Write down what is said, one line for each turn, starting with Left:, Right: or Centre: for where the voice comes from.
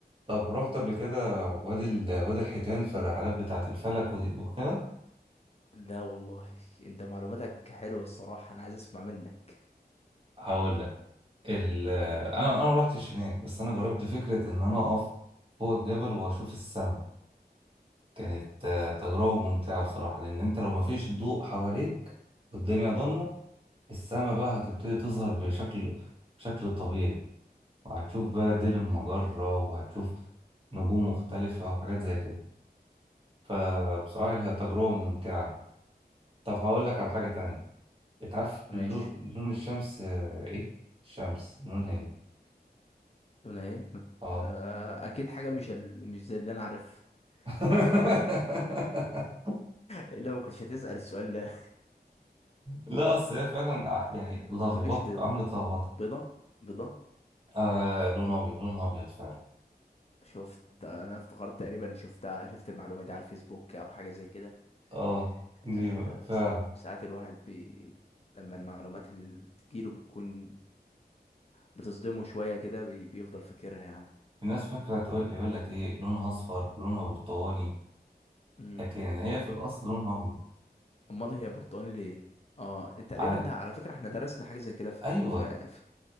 Right: طب رحت قبل كده وادي ال... وادي الحيتان في الرحلات بتاعة الفلك ودي... وكده
Left: لا والله انت معلوماتك حلوة الصراحة انا عايز اسمع منك
Right: هقول لك ال... انا
Left: قول
Right: انا ما رحتش هناك بس انا جربت فكرة ان انا اقف فوق الجبل واشوف السماء كانت آه، تجربة ممتعة بصراحة لأن أنت لو مفيش ضوء حواليك والدنيا ضلمة السما بقى هتبتدي تظهر بشكل بشكل طبيعي وهتشوف بقى ديل المجرة وهتشوف نجوم مختلفة وحاجات زي كده فبصراحة
Left: مم.
Right: كانت تجربة ممتعة طب هقول لك على حاجة تانية أنت عارف
Left: ماشي
Right: اللو- لون الشمس آه، إيه؟ الشمس لونها إيه؟
Left: هنا ايه
Right: آه
Left: آه، اكيد حاجه مش ال... مش زي اللي انا عارف
Right: <laughs>
Left: آه... الا <laughs> ما كنتش هتسال السؤال ده
Right: لا أصل هي فعلا ع- يعني لخبط
Left: ما تقوليش بيضه
Right: عملت لخبطة
Left: بيضه بيضه
Right: آه لون أبيض لونها أبيض فعلا
Left: شفت انا افتكرت تقريبا شفتها شفت المعلومه دي على الفيسبوك او حاجه زي كده
Right: اه
Left: آه...
Right: دي بقى فعلا
Left: في ساعات ساعات الواحد بي... لما المعلومات اللي بتجيله بتكون بتصدمه شويه كده بي... بيفضل فاكرها يعني
Right: الناس فاكرة تقول يقول لك ايه لونها اصفر لونها برتقاني
Left: مم.
Right: لكن هي في الاصل لونها ابيض
Left: امال هي برتقاني ليه اه تقريبا
Right: على...
Left: ده على فكره احنا درسنا حاجه زي كده في
Right: ايوه
Left: في, في, في